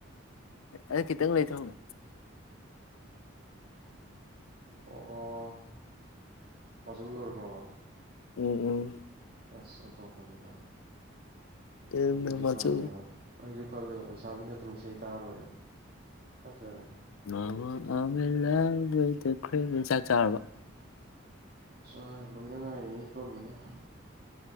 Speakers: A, on the left; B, on the right.
A: ꯑꯗꯨ ꯈꯤꯇꯪ ꯂꯩꯊꯧꯅꯦ
B: ꯑꯣ ꯑꯣ ꯃꯆꯧꯕꯤ ꯑꯣꯏꯔꯝꯃꯕꯣ
A: ꯎꯝ ꯎꯝ
B: ꯑꯂ ꯑꯣꯟꯊꯣꯛꯄꯅꯤꯗ
A: ꯎꯝ
B: ꯑꯩꯁꯨ
A: ꯃꯆꯨ
B: ꯀꯜꯂꯦꯕ ꯑ ꯀꯜꯂ ꯍꯂꯦ ꯁꯥꯕꯤꯅ ꯑꯗꯨꯝ ꯏꯁꯩ ꯇꯥꯔꯣꯏ ꯑꯠꯇꯅꯦ
A: ꯃꯃ ꯂꯈꯣꯏ ꯆꯥꯛ ꯆꯥꯔꯕ
B: ꯆꯥꯔꯦ ꯂꯣꯏꯗ ꯉꯥꯏꯔꯦ ꯑꯩ ꯍ ꯄꯝꯃꯤꯅꯦ